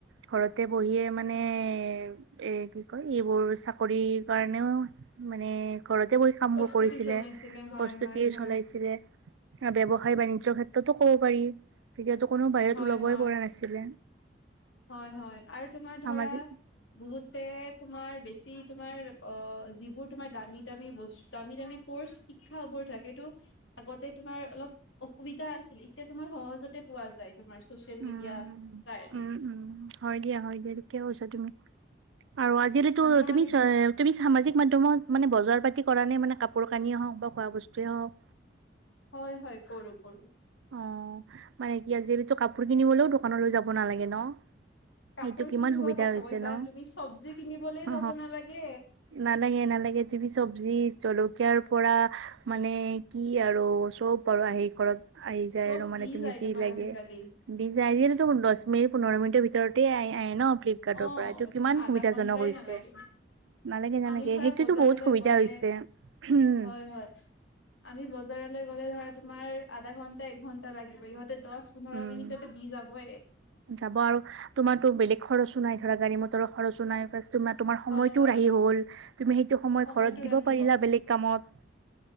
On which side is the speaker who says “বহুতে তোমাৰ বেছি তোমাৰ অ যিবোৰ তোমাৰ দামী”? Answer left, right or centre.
Left